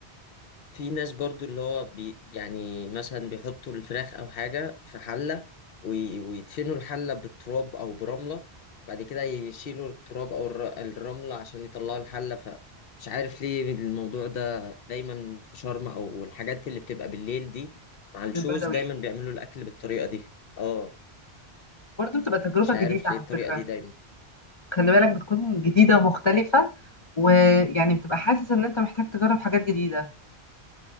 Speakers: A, on the left; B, on the left.
A: في ناس برضو اللي هو بي يعني مثلا بيحطوا الفراخ او حاجة في حلة وي- ويدفنوا الحلة بالتراب او برملة بعد كده يشيلوا التراب او الر- الرملة عشان يطلعوا الحلة فمش عارف ليه الموضوع ده دايما في شرم او الحاجات اللي بتبقى بالليل دي مع الشوز
B: البدوي
A: دايما بيعملوا الاكل بالطريقة دي اه
B: برضو بتبقى تجربة
A: مش
B: جديدة
A: عارف
B: على
A: ليه الطريقة
B: فكرة
A: دي دايما
B: خلي بالك بتكون جديدة ومختلفة ويعني بتبقى حاسس ان انت محتاج تجرب حاجات جديدة